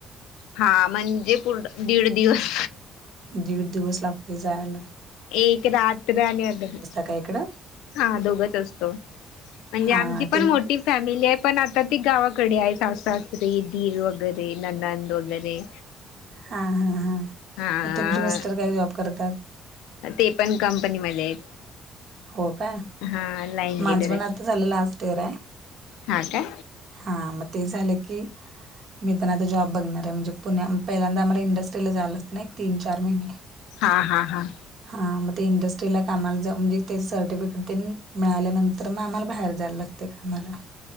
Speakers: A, on the left (about 85°); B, on the right (about 60°).
A: हा म्हणजे पुढ दीड दिवस.
B: दीड दिवस लागतोय जायला.
A: एक रात्र आणि <unintelligible>
B: काय इकडं?
A: हा दोघच असतो, म्हणजे
B: हा
A: आमची पण
B: ते
A: मोठी फॅमिली आहे पण आता ती गावाकडे आहे सास, सासरे दीर वैगेरे ननंद वैगेरे
B: हा हा हा.
A: हा
B: मग तुमचे मिस्टर काय जॉब करतात?
A: ते पण कंपनीमध्ये आहेत.
B: हो काय
A: हा लाईन
B: माझं
A: लिडर
B: पण
A: आहेत
B: आता झालं लास्ट इयर आहे.
A: हा काय
B: हा मग ते झालं की मी पण आता जॉब बघणार आहे, म्हणजे पु पहिल्यांदा आम्हाला इंडस्ट्रीला जायला लागतंयनी एक तीन चार महिने.
A: हा हा हां.
B: हा. मग ते इंडस्ट्रीला कामाला जा म्हणजे त्याची सर्टिफिकेट तेन मिळाल्यानंतर मग आम्हाला बाहेर जायला लागतय म्हण.